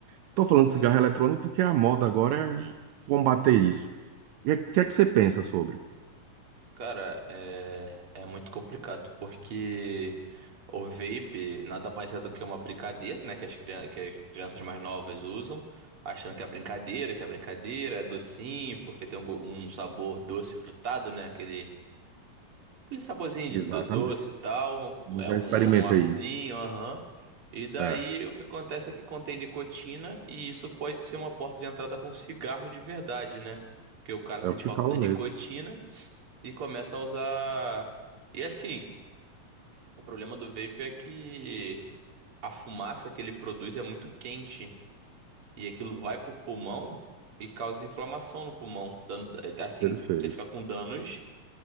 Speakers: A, on the right; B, on the right.
A: Estou falando de cigarro eletrônico porque a moda agora é combater isso. O que, é que é que você pensa sobre?
B: Cara, é, é muito complicado porque o vape nada mais é do que uma brincadeira, né? Que as, crian- que as crianças mais novas usam, achando que é brincadeira, que é brincadeira, é docinho, porque tem um, go- um sabor doce frutado, né? Aquele Aquele saborzinho de
A: Exatamente.
B: do- doce e tal,
A: Eu
B: é
A: já
B: um,
A: experimentei
B: um arzinho,
A: isso.
B: aham. E daí
A: é.
B: o que acontece é que contém nicotina e isso pode ser uma porta de entrada para um cigarro de verdade, né? Porque o cara sente
A: É o que
B: falta
A: falam
B: da nicotina
A: mesmo.
B: e começa a usar. E assim, o problema do vape é que a fumaça que ele produz é muito quente e aquilo vai pro pulmão e causa inflamação no pulmão, dando assim,
A: Perfeito,
B: você fica com danos